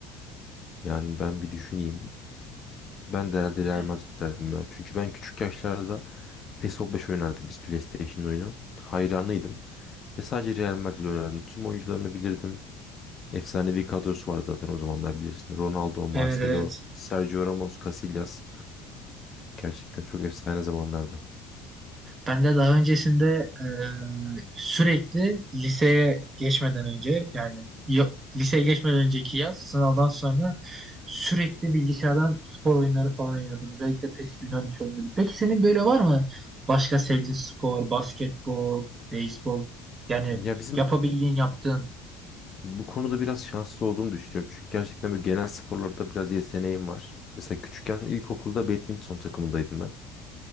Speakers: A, on the left (about 35°); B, on the right (about 30°).
A: Yani ben bir düşüneyim. Ben de herhalde Real
B: Yani.
A: Madrid derdim ya. Çünkü ben küçük yaşlarda PES 15 oynardık biz PlayStation oyunu. Hayranıydım. Ve sadece Real Madrid oynardım. Tüm oyuncularını bilirdim. efsanevi kadrosu var zaten o zamanlar bilirsin. Ronaldo, Marcelo,
B: Evet evet.
A: Sergio Ramos, Casillas. Gerçekten çok efsane zamanlarda.
B: Ben de daha öncesinde e, sürekli liseye geçmeden önce yani ya- liseye geçmeden önceki yaz sınavdan sonra sürekli bilgisayardan spor oyunları falan oynuyordum. Özellikle PES 2013 oynuyordum. Peki senin böyle var mı başka sevdiğin spor, basketbol, beyzbol yani
A: Ya bizim
B: yapabildiğin yaptığın?
A: bu konuda biraz şanslı olduğumu düşünüyorum. Çünkü gerçekten böyle genel sporlarda biraz yeteneğim var. Mesela küçükken ilkokulda
B: Oo.
A: badminton takımındaydım ben.